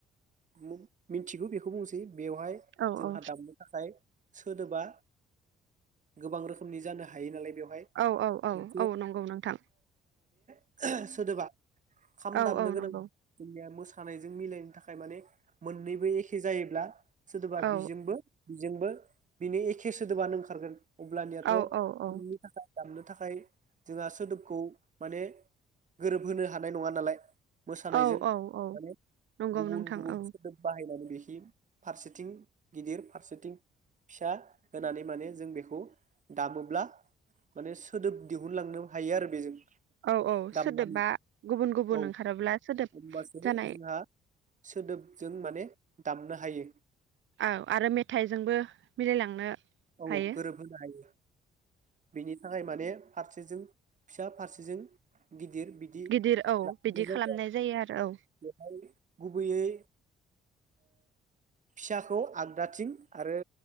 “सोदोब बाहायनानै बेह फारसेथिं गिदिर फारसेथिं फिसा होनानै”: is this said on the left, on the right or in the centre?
Right